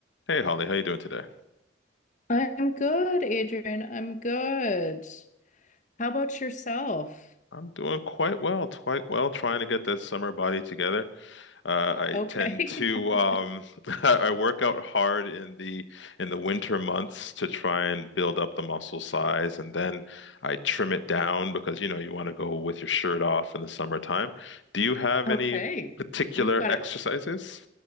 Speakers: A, on the left (about 75°); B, on the left (about 40°).
A: Hey Holly, how you doing today?
B: I'm good, Adrian. I'm good. How about yourself?
A: I'm doing quite well, quite well, trying to get this summer body together. Uh, I
B: Okay.
A: tend to
B: <laughs>
A: um, <laughs> I work out hard in the in the winter months to try and build up the muscle size, and then I trim it down because you know you want to go with your shirt off in the summertime. Do you have
B: Okay.
A: any particular
B: You've got
A: exercises
B: it.